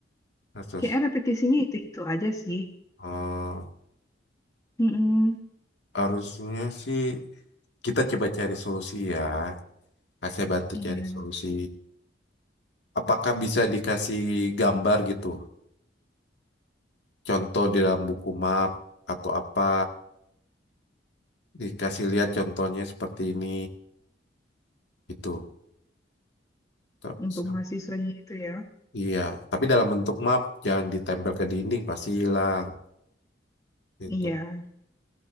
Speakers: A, on the left; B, on the left.
A: kasus?
B: kayaknya repetisinya itu-itu aja sih.
A: Eh,
B: Mm-mm.
A: harusnya sih kita coba cari solusi ya. Kak, Saya bantu
B: Iya,
A: cari solusi. Apakah bisa dikasih gambar gitu? Contoh di dalam buku map atau apa? Dikasih lihat contohnya seperti ini gitu. Terus
B: untuk mahasiswanya itu ya.
A: Iya, tapi dalam bentuk map jangan ditempel ke dinding pasti hilang. Itu
B: Iya.